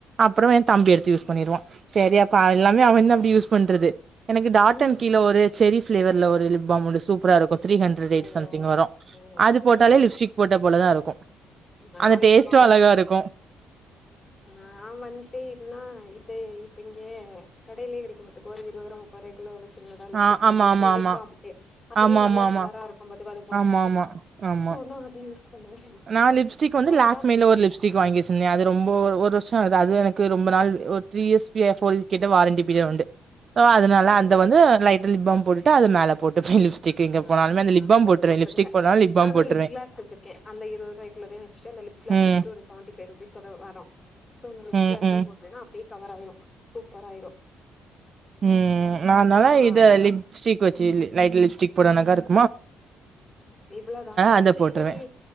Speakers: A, on the right (about 45°); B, on the left (about 30°).
A: அப்பறம் என் தம்பி எடுத்து யூஸ் பண்ணிருவான் செரி அப்ப எல்லாமே அவன் வந்து அப்டி யூஸ் பண்றது எனக்கு டாட்டன்
B: ம்
A: கீழ ஒரு செரி ஃபிளேவர்ல ஒரு லிப்பாம் ஒன்னு சூப்பரா இருக்கு த்ரீ ஹண்ட்ரட் ரேட்
B: ஓ
A: சம்திங் வரும்
B: ஆ
A: அது போட்டாலே
B: நா
A: லிப் போட்டபோலதா இருக்கு
B: லாலிபம்
A: அந்த டேஸ்ட்டு அழகா இருக்கு
B: நா மன்த்லி என்னா இதா இப்ப இங்க கடையிலயே கெடைக்கும் மது கோ ஒரு விதரம் வரைக்குள்ள ஒரு சின்னதா லிப்ஸ்டிக்
A: ஆ
B: மாதிரி
A: ஆமா
B: இருக்கு
A: ஆமா
B: லிப்பாமுட்டு
A: ஆமா
B: அதுவே
A: ஆமா ஆமா
B: நல்லா
A: ஆமா
B: கலரா இருக்குபாதுக்கோ அது போட்டாலே
A: ஆமா ஆமா ஆமா
B: சோ நா அது யூஸ் பண்ணுவே
A: நா லிப்ஸ்டிக் வந்து
B: அதுதா
A: லாக்மீல ஒரு லிப்ஸ் ஸ்டிக் வாங்கி வச்சிர்ந்தேன் அது ரொம்போ ஒரு வர்ஷோ ஆகுது அது எனக்கு ரொம்ப நாள் ஒரு த்ரீ இயர்ஸ்பிய ஃபோல் கிட்ட வாரண்டி பீரியட் உண்டு சோ அதுனால
B: ஆ
A: அத வந்து லைட்டு லிப்பாம் போட்டுட்டு அத மேல போட்டுப்பே லிப்ஸ்டிக் எங்க
B: நா
A: போனாலுமே அந்த
B: நா
A: லிப் பாம்
B: அதே
A: போட்ருவே
B: போட்றதில்ல
A: லிப்ஸ்டிக் போட்னாலு லிப் பாம்
B: நா ஆனா
A: போட்ருவே
B: லிப்கிளாஸ் வச்சிர் கே அந்த இருவதுருவாய் குள்ளதையு வச்சுட்டு அந்த லிப் கிளாஸ்
A: ம்
B: வந்துட்டு ஒரு சவன்ட்டிஃபை ருபீஸ்லதா வரு சோ அந்த லுப்கிளாஸயு
A: ம் ம்
B: போட்ருங்க அப்டியே கவர்ராயிரு சூப்பராயிரு
A: ம் நா அதுனால
B: ஆ
A: இத
B: அவ்ளோதா
A: லிப்ஸ்டிக் வச்சு லைட் லிப்ஸ்டிக் போடனக்கா இருக்கு
B: இவ்ளதா மத்தபடி
A: அத போட்ருவே